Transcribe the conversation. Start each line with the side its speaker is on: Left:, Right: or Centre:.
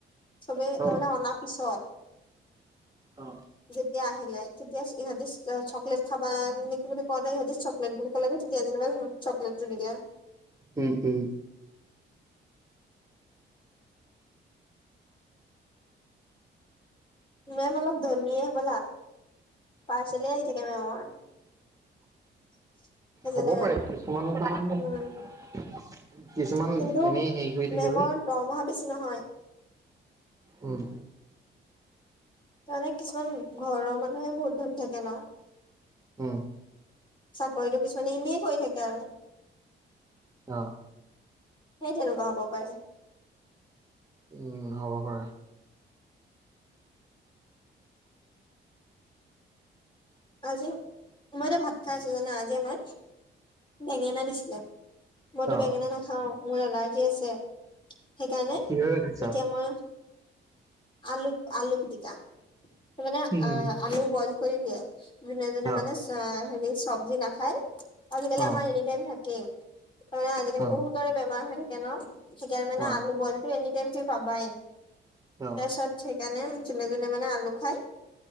Left: চবেই, তাৰমানে,
Right: অ
Left: অনাৰ পিছত।
Right: অ
Left: যেতিয়া, আহিলে। তেতিয়া, ইহঁততি চক্লেট খাবা, নেকি বুলি কওঁতে! ইহঁতি চক চকলেট বুলি ক'লে যে, তেতিয়া যেনিবা, চকলেটটো দি দিয়া।
Right: উম! উম!
Left: মে'ম অলপ ধনীয়ে হ'বলা! পাৰ্চেলে আহি থাকে, মে'মৰ। <inaudible> এজনী
Right: হ'ব
Left: মেমৰ
Right: পাৰে! কিছুমান <unintelligible>
Left: উম
Right: কিছুমান,
Left: কিন্তু
Right: এনেই হেৰি কৰি
Left: মেমৰ
Right: থাকে যে।
Left: দৰমহা বেছি নহয়।
Right: উম!
Left: তাৰমানে, কিছুমান ঘৰৰ মানুহে, বহুত ধনী থাকে ন'!
Right: উম!
Left: চাকৰিটো কিছুমানে, এনেই কৰি থাকে আৰু।
Right: অ'!
Left: সেই তেনেকুৱা হ'ব পাৰে।
Right: উম! হ'ব পাৰে।
Left: আজি, মই এতিয়া ভাত খাই আছো জানা, আজি আমাৰ বেঙেনা দিছিলে। মইতো
Right: অ
Left: বেঙেনা নাখাওঁ, মোৰ এলাৰ্জি আছে সেইকাৰণে
Right: কিহৰে খাইছা
Left: এতিয়া মই আলু আলু পিটিকা মানে
Right: উম
Left: আ, আলু বইল কৰি দিয়ে, যোনে যোনে
Right: অ
Left: মানে হেৰি চব্জি নাখায় আজিকালি
Right: অ
Left: আমাৰ এনি টাইম থাকে, তাৰানে আজিকালি
Right: অ
Left: বহুতৰে বেমাৰ হৈ থাকে ন'। সেইকাৰনে মানে
Right: অ
Left: আলু বইলটো এনিটাইম তুমি পাবাই।
Right: অ
Left: তাৰপিছত ঢে সেইকাৰণে যোনে যোনে মানে আলু খাই,